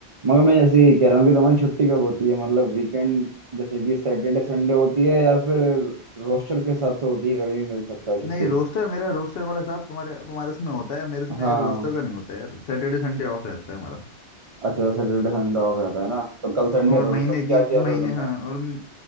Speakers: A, on the right; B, on the left.
A: मगर मैं ऐसे ही कह रहा हूँ कि तुम्हारी छुट्टी कब होती है मतलब वीकेंड जैसे कि सैटरडे संडे होती है या फिर रोस्टर के हिसाब से होती है कभी भी मिल सकता है छुट्टी
B: नहीं रोस्टर मेरा रोस्टर वाला साहब तुम्हारे तुम्हारे उसमें होता है मेरे उसमें
A: हाँ
B: रोस्टर का नहीं होता है यार सैटरडे संडे ऑफ रहता है हमारा
A: अच्छा सैटरडे संडे ऑफ रहता है ना तो कल संडे
B: और महीने
A: था तो तुम क्या
B: की
A: किया
B: महीने
A: फिर तुमने
B: हाँ और म-